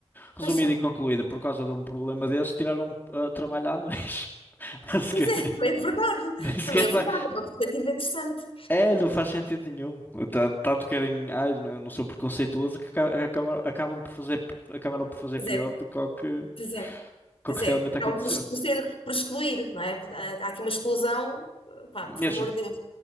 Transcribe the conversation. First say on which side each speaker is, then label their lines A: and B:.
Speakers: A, on the left; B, on the left.
A: Resumido
B: Paixão.
A: e concluído, por causa de um problema desses, tiraram eh, trabalho a anões. <laughs> Basicamente.
B: Pois é, também é verdade.
A: Nem sequer
B: Também é
A: fa...
B: verdade. É uma perspectiva interessante.
A: É, não faz sentido nenhum. Tan- Tanto querem. Ai, não, eu não sou preconceituoso que aca- acabaram, acabam por fazer, acabaram por fazer
B: Pois
A: pior
B: é,
A: do que o que,
B: pois é,
A: que
B: pois
A: o que
B: é.
A: realmente
B: Acabam
A: aconteceu.
B: por, por ser, por excluir, não é? Há aqui uma exclusão, pá, por
A: Mesmo,
B: amor de Deus.